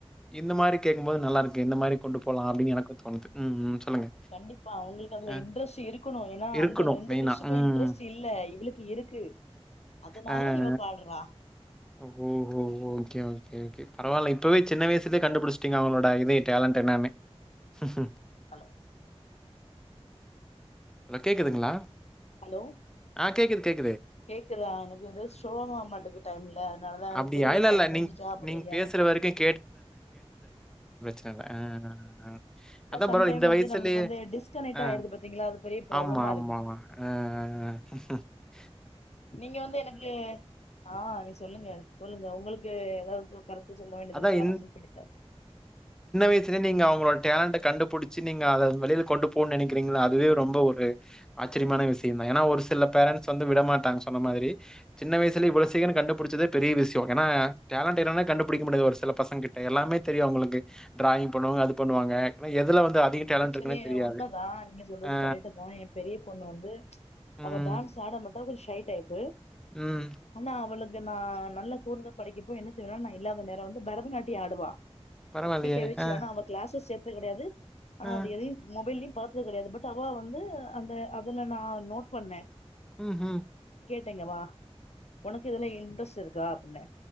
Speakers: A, in the centre; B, on the left.
A: இந்த மாரி கேக்கும்போது நல்லா இருக் கே எந்த மாரி கொண்டு போலா அப்டினு எனக்கோ தோனுது ம் ம். சொல்லுங்க.
B: கண்டிப்பா உங்களுக்கு அதுல
A: ஆ
B: இன்ட்ரெஸ்ட் இருக்கணோ ஏன்னா
A: இருக்கணும்
B: அந்த ரெண்டு
A: மெயினா.
B: கிஷுக்கோ
A: ம்.
B: இன்ட்ரெஸ்ட் இல்ல இவளுக்கு இருக்கு அதனால
A: ஆ, ஆ.
B: இவ பாட்றா.
A: ஓஹோ! Okay, okay, okay. பரவால்ல. இப்பவே சின்னவயசதே கண்ணுடுப்பீடுச்சுடெங்க அவுங்களோட ஐமீன் டேலண்ட் என்னனு ஹும் ஹும்.
B: ஹலோ.
A: அலோ கேக்குதுங்களா.
B: ஹலோ.
A: ஆ கேக்கிது கேக்
B: கேக்குதா எனக்கு வந்து சோக ஆ மாட்டக்கு டைம் இல்ல அதனாலதா எனக்கு
A: அப்படியா?
B: தெரில
A: இல்ல,
B: டைம்
A: இல்ல.
B: முடிஞ்சுச்சா
A: நீங்க
B: முடியலையா.
A: நீங்க பேசுற வரைக்கும் அ, அ, அ, அதா
B: சம்டைம்
A: பரவாயில் இந்த
B: வந்து
A: வயசுலயே
B: நம்மளுக்கு வந்து டிஸ்கனெக்ட்
A: அ
B: ஆயிடுது பாத்தீங்களா அது பெரிய ப்ராப்ளமா
A: ஆம்மா ஆம்மா
B: இருக்கு
A: அ, அ, அ
B: நீங்க வந்து எனக்கு ஆ நீ சொல்லுங்க சொல்லுங்க உங்களுக்கு ஏதாவது கருத்து சொல்ல வேண்டியது
A: அதான்
B: இருக்கா நா மீட் பண்ணி தரே
A: வயசுல நீங்க அவுங்களோட டேலண்ட கண்டுபிடிச்சு நீங்க அத வெளில கொண்டு போன்னு நெனக்கிறீங்கள அதுவே ரொம்ப ஒரு ஆச்சரியமான விஷயம்தா. ஏன்னா ஒரு சில பேரண்ட்ஸ் வந்து விடமாட்டாங்க சொன்ன மாதிரி சின்ன வயசுலே இவ்ளோ சீக்ரோ கண்டுபுடிச்சதே பெரிய விஷோ ஏனா டேலண்ட் ஏன்னா கண்டுபுடிக்க முடியாது ஒரு சில பசங்ககிட்ட எல்லாமே தெரியு அவுங்களுக்கு டிராயிங் பண்ணுவாங்க அது பண்ணுவாங்கஆன எதுல வந்து அதிக டேலண்ட்
B: ஆக்சுவலி
A: இருக்குன்னே
B: என
A: தெரியாது.
B: உண்மைதா நீங்க சொல்றது
A: ஆ,
B: கரெக்ட்டுதா எ பெரிய பொண்ணு வந்து
A: ம்,
B: அவ டான்ஸ் ஆட மட்டு அவ ஒரு ஷை் டைப்பு.
A: ம்.
B: ஆனா அவுளுக் இங்க நா நல்ல கூர்ந்து படிக்கப்போ என்ன செய்றா நான் இல்லாத நேரோ வந்து பரதநாட்டியோ ஆடுவா.
A: பரவாயில்லையே!
B: எப்டி கை வெச்சி
A: ஆ,
B: ஆனோ அவ கிளாஸஸ் சேர்த் கிடையாது. ஆனா
A: ஆ,
B: வந்து எதையு மொபைல்லியு பாத்தது கெடையாது பட் அவ வந்து அந்த அதுல நா நோட் பண்ணே.
A: ம்ஹும்.
B: <unintelligible> இங்க வா. உனக்கு இதுல இன்ட்ரெஸ்ட் இருக் காப்புன்னே